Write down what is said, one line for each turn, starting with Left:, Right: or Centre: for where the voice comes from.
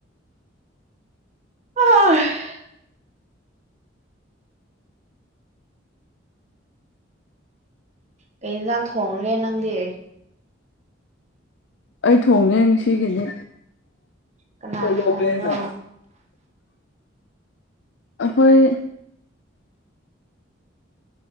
Right: ꯑ ꯀ ꯌꯦꯟꯁꯥꯡ ꯊꯣꯡꯒꯦ ꯅꯪꯗꯤ
Left: ꯑꯩ ꯊꯣꯡꯅꯦ ꯉꯁꯤꯒꯤꯗꯤ
Right: ꯀꯅꯥꯅ
Left: ꯑꯣꯂꯣꯕꯅ
Right: ꯊꯣꯡꯉꯤꯅꯣ
Left: ꯑꯩꯈꯣꯏ